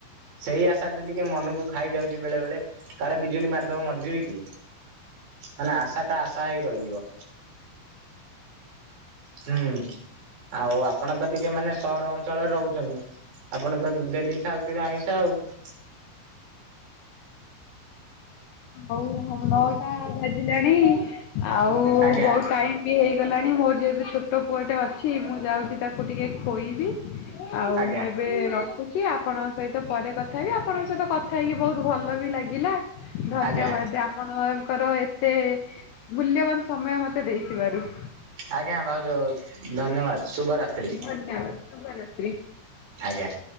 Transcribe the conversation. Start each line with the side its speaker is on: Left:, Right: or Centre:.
Right: ସେଇ ଆଶା ଟେ ଟିକେ ମନକୁ ଖାଇ ଯାଉଛି ବେଳେ ବେଳେ କାଳେ ବିଜୁଳି ମାରିଦବ ମରିଯିବି କି। ମାନେ ଆଶା ଟା ଆଶା ହେଇ ରହିଯିବ ହୁଁ ଆଉ ଆପଣ ତ ଟିକେ ମାନେ ସହର ଅଞ୍ଚଳରେ ରହୁଛନ୍ତି ଆପଣ ତ ଡେଲି ଖାଉଥିବେ ଆଇଁଷ <unintelligible>
Left: ହଉ ହଉ ନଅଟା ବାଜିଲାଣି ଆଉ
Right: ଆଜ୍ଞା
Left: ବହୁତ ଟାଇମ ବି ହେଇଗଲାଣି ମୋର ଯେବେ ଛୋଟ ପୁଅଟେ ଅଛି ମୁଁ ଯାଉଛି ତାକୁ ଟିକେ ଖୋଇବି ଆଉ
Right: ଆଜ୍ଞା
Left: ମୁଁ ଏବେ ଏବେ ରଖୁଛି ଆପଣଙ୍କ ସହିତ ପରେ କଥା ହେବି ଆପଣଙ୍କ ସହିତ କଥା ହେଇକି ବହୁତ ଭଲ ବି ଲାଗିଲା। ଧନ୍ୟବାଦ
Right: ଆଜ୍ଞା
Left: ଆପଣଙ୍କର ଏତେ ମୂଲ୍ୟବାନ ସମୟ ମତେ ଦେଇଥିବାରୁ।
Right: ଆଜ୍ଞା ଭାଉଛ ଧନ୍ୟବାଦ ଶୁଭରାତ୍ରି।
Left: ଧନ୍ୟବାଦ ଶୁଭରାତ୍ରି।
Right: ଆଜ୍ଞା